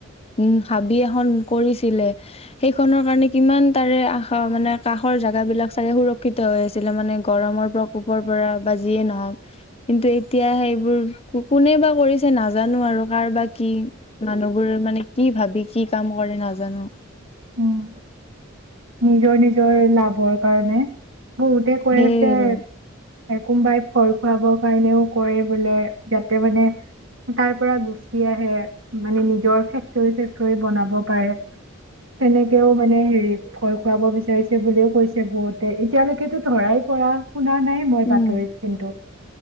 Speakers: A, on the left; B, on the right.
A: উ হাবি এখন কৰিছিলে। সেইখনৰ কাৰণে কিমান তাৰে আশা মানে কাষৰ জোগা বিলাক চাগে সুৰক্ষিত হৈ আছিলে। মানে গৰমৰ প্ৰকোপৰ পৰা। বা যিয়ে নহওক কিন্তু এতিয়া সেইবোৰ কোনে বা কৰিছে নাজানো আৰু কাৰো বা কি মানুহবোৰ মানে কি ভাবি কি কাম কৰে নাজানো।
B: উম নিজৰ নিজৰ লাভৰ কাৰণে। বহুতে কৈ
A: সেই
B: আছে।
A: আৰু
B: কোনবাই ভয় খুৱাবৰ কাৰণেও কৰে বোলে। যাতে মানে তাৰ পৰা গুচি আহে মানে নিজৰ ফেক্টৰী চেক্টৰ বনাব পাৰে তেনেকেও মানে হেৰি। ভয় খুৱাব বিচাৰিছে বুলিও কৈছে। বহুতে এতিয়ালৈকেতো ধৰাই পৰা। শুনা নাই মই
A: উম
B: বাতৰিত কিন্তু